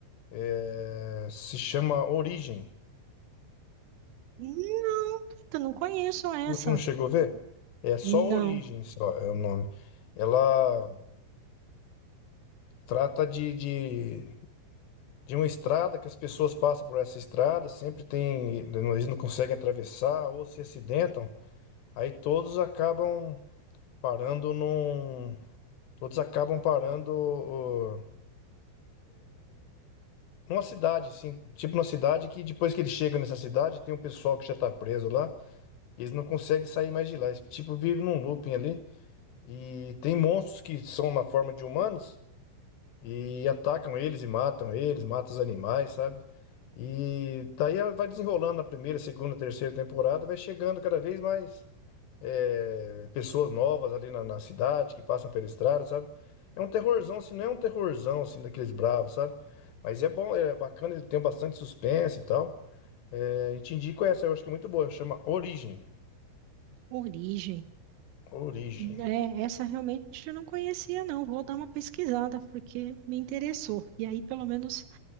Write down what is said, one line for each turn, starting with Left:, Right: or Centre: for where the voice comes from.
Left: é, se chama Origem,
Right: Não, eu não conheço essa.
Left: N- não chegou a ver?
Right: Co-
Left: É só
Right: Não,
Left: Origem, só é o nome. Ela trata de, de, de uma estrada que as pessoas passam por essa estrada, sempre tem, eles não conseguem atravessar ou se acidentam, aí todos acabam parando num, todos acabam parando ó, numa cidade, assim, tipo numa cidade que depois que eles chegam nessa cidade, tem um pessoal que já tá preso lá, Eles não conseguem sair mais de lá. Eles, tipo, vivem num looping ali. E tem monstros que são na forma de humanos e atacam eles e matam eles, matam os animais, sabe? E daí ela vai desenrolando na primeira, segunda, terceira temporada, vai chegando cada vez mais é, pessoas novas ali na, na cidade, que passam pela estrada, sabe? É um terrorzão, assim, não é um terrorzão, assim, daqueles bravos, sabe? Mas é bom, é bacana, ele tem bastante suspense e tal. É, e te indico essa, eu acho que é muito boa, chama Origem.
Right: origem.
Left: Origem.
Right: É, essa realmente eu não conhecia, não. Vou dar uma pesquisada, porque me interessou. E aí, pelo menos,